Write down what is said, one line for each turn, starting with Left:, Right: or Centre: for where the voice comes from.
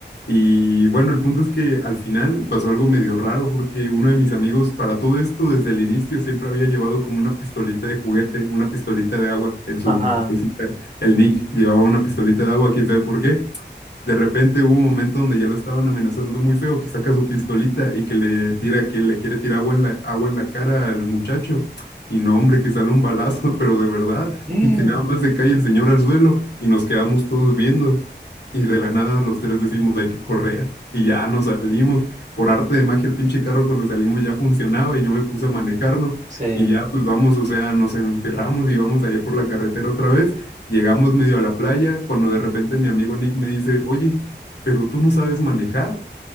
Left: Y bueno, el punto es que al final pasó algo medio raro porque uno de mis amigos para todo esto desde el inicio siempre había llevado como una pistolita de juguete, una pistolita de agua en su
Right: Ajá.
Left: mesita. El Nick llevaba una pistolita de agua, quién sabe por qué. De repente hubo un momento donde ya lo estaban amenazando muy feo, que saca su pistolita y que le tira, que le quiere tirar agua en la, agua en la cara al muchacho. Y no, hombre, que sale un balazo, <laughs> pero de verdad,
Right: <gasps>
Left: y que nada más se cae el señor al suelo y nos quedamos todos viendo. Y de la nada los tres decimos, hay que correr. Y ya nos salimos. Por arte de magia, el pinche carro cuando salimos ya funcionaba y yo me puse a manejarlo.
Right: Sí.
Left: Y ya pues vamos, o sea, nos enferramos y vamos allá por la carretera otra vez. Llegamos medio a la playa cuando de repente mi amigo Nick me dice, oye, pero tú no sabes manejar.